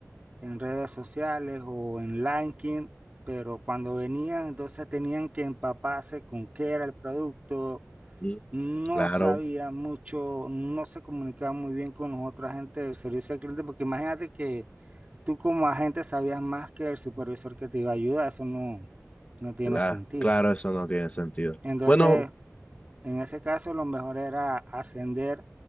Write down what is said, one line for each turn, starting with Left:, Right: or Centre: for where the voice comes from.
Right: en redes sociales o en LinkedIn, pero cuando venían entonces tenían que empaparse con qué era el producto,
Left: Mm,
Right: no
Left: Claro,
Right: sabía mucho, no se comunicaba muy bien con los otra gente del servicio al cliente, porque imagínate que tú como agente sabías más que el supervisor que te iba a ayudar, eso no, no tiene
Left: cla-
Right: sentido.
Left: claro, eso no tiene sentido.
Right: Entonces,
Left: Bueno,
Right: en ese caso, lo mejor era ascender